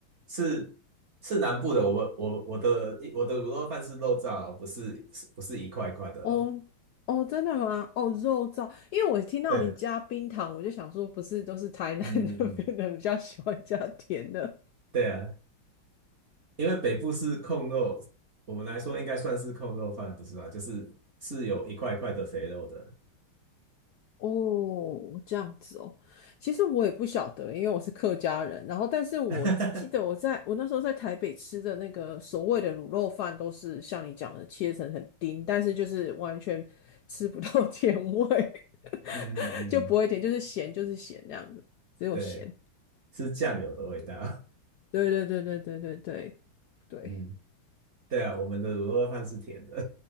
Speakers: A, on the right; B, on the left.
A: 是是南部的，我我我的我的卤肉饭是肉燥哦不是是不是一块一块的哦？
B: 哦哦，真的吗？哦，肉燥，因为我听到你加冰糖，
A: 对，
B: 我就想说，不是都是台南
A: 嗯嗯，
B: <laughs> 那边的人比较喜欢加甜的
A: 对啊，因为北部是控肉，我们来说应该算是控肉饭，不是吗？就是是有一块一块的肥肉的，
B: <laughs> 哦，这样子哦。其实我也不晓得，因为我是客家人。然后，但是我记得我在我那时候在台北吃的那个所谓的卤肉饭，
A: <laughs>
B: 都是像你讲的切成很丁，但是就是完全吃不到 <laughs> 甜味，
A: 嗯嗯嗯，
B: <laughs> 就不会甜，就是咸就是咸这样子，只有咸。
A: 对，是酱油的味道，
B: 对对对对对对对
A: <laughs>
B: 对。
A: 嗯，对啊，我们的卤肉饭是甜的，